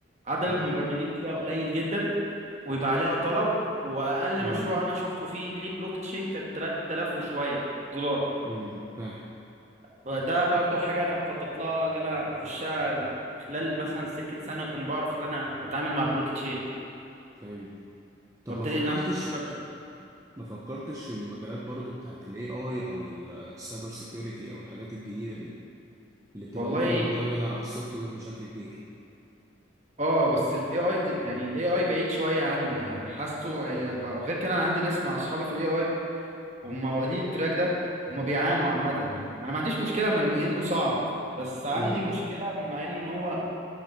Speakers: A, on the right (about 35°); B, on the right (about 15°).
A: عدد المبرمجين
B: امم
A: فيها قليل جدا ويبقى عليها طلب وأقل
B: امم
A: مشروع أنا شفته فيه ليه بلوك تشين كان 3000 وشوية دولار
B: امم فاهم
A: ده برضو حاجة أنا مخطط لها اللي أنا أخشها خلال مثلا سكة سنة أكون بعرف إن أنا أتعامل مع البلوك تشين
B: فهمت طب
A: وأبتدي
B: ما فكرتش
A: إن أنا أخش بقى مشاريع
B: ما فكرتش في المجالات برضو بتاعت الاي اي او السايبر سيكيورتي او الحاجات الجديدة دي اللي بتبقى
A: والله
B: برضو معتمدة على السوفت وير بشكل كبير
A: اه بس الاي اي يعني الاي اي بعيد شويه عني حاسه هي بقى غير كده انا عندي ناس مع اصحابي في الاي اي هم واخدين التراك ده هم بيعانوا عامه يعني انا ما عنديش مشكله من انه صعب بس عندي
B: امم
A: مشكله مع انه ان هو